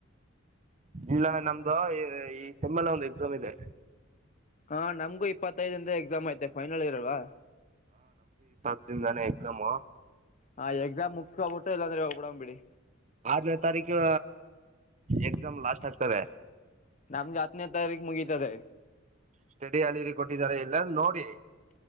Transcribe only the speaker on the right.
ಇಲ್ಲ ನಮ್ದು ಈ ಸೆಮ್ಮಲ್ ಒಂದು ಎಕ್ಸಾಮ್ ಇದೆ
<unintelligible> ಎಕ್ದಾಮ
ಆರ್ನೇ ತಾರೀಕು ಎಕ್ಸಾಮ್ ಲಾಸ್ಟ್ ಆಗ್ತದೆ
ಸ್ಟಡಿ ಅಲ್ಲಿಲ್ಲಿ ಕೊಟ್ಟಿದ್ದಾರೆ ಇಲ್ಲ ನೋಡಿ